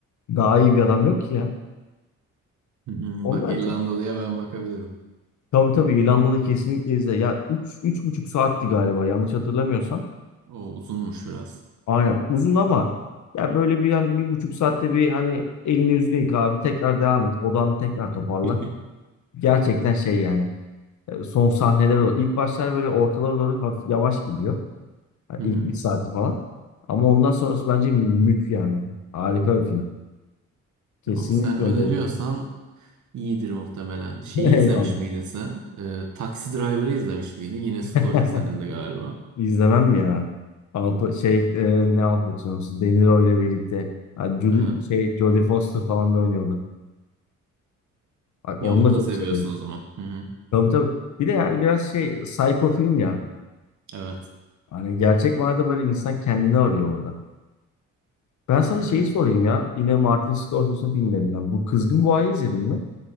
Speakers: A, on the left; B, on the right.
A: Daha iyi bir adam yok ki ya.
B: Hı hı.
A: Onlar
B: Bak İrlandalı'ya
A: çok...
B: ben bakabilirim.
A: Tabii tabii İrlandalı kesinlikle izle. Ya 3 üç, üç buçuk saatti galiba yanlış hatırlamıyorsam.
B: O uzunmuş biraz.
A: Aynen uzun ama ya böyle bir hani bir buçuk saatte bir hani elini yüzünü yıka abi tekrar devam et odanı tekrar toparla.
B: <laughs>
A: Gerçekten şey yani e, son sahneler olur. İlk başlar böyle ortalara doğru hafif yavaş gidiyor. Yani
B: Hı
A: ilk
B: hı.
A: bir saati falan. Ama ondan sonrası bence mük yani. Harika bir film. Kesinlikle
B: Tamam, sen öneriyorsan
A: öyle oldu.
B: iyidir muhtemelen. Şeyi
A: <laughs> Eyvallah.
B: izlemiş miydin sen? Ee, Taxi Driver'ı izlemiş miydin? Yine
A: <laughs>
B: Scorsese'nin de galiba.
A: İzlemem mi ya? Alpa, şey e, ne Al Pacino'su? De Niro ile birlikte. Hani Judy,
B: Hı hı.
A: şey, Jodie Foster falan da oynuyordu. Bak
B: Ya
A: onu
B: onu
A: da çok
B: da seviyorsun
A: severim.
B: o zaman. Hı hı.
A: Tabii tabii. Bir de yani biraz şey psycho film ya.
B: Evet.
A: Hani gerçek manada böyle insan kendini arıyor orada. Ben sana
B: Hı hı.
A: şeyi sorayım ya. Yine Martin Scorsese'nin filmlerinden. Bu Kızgın Boğa'yı izledin mi?